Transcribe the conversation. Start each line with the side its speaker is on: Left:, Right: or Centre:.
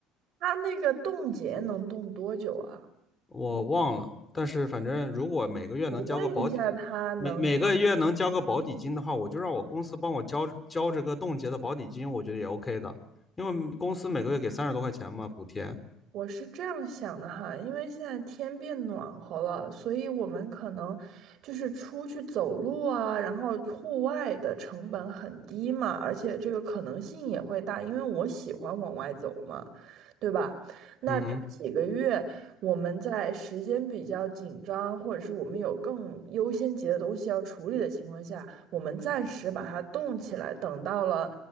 Right: 他那个冻结能冻多久啊？
Left: 我忘了，但是反正如果每个月能交个保底，
Right: 我问一下，他能
Left: 每每个月能交个保底金的话，我就让我公司帮我交交这个冻结的保底金，我觉得也 OK 的，因为公司每个月给三十多块钱嘛补贴。
Right: 我是这样想的哈，因为现在天变暖和了，所以我们可能就是出去走路啊，然后户外的成本很低嘛，而且这个可能性也会大，因为我喜欢往外走嘛，对吧？那这几个月我们在时间比较紧张，
Left: 嗯哼，
Right: 或者是我们有更优先级的东西要处理的情况下，我们暂时把它冻起来，等到了